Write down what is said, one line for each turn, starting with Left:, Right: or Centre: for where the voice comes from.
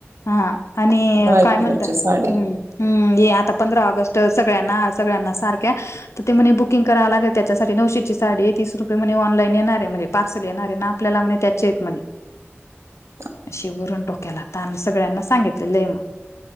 Left: हा आणि
Right: व्हाईट
Left: काय म्हणता.
Right: कलरची साडी
Left: ह् हम्म ये आता पंधरा ऑगस्ट स सगळ्यांना सगळ्यांना सारख्या तर ते म्हणे बुकिंग करावं लागेल. त्याच्यासाठी नऊशेची साडी तीस रुपये म्हणे ऑनलाईन येणार आहे म्हणे. पार्सल येणारे ना, आपल्याला म्हणे त्याचे येत म्हणे.
Right: <inaudible>
Left: अशी वरून डोक्याला ताण, सगळ्यांना सांगितलेल मग.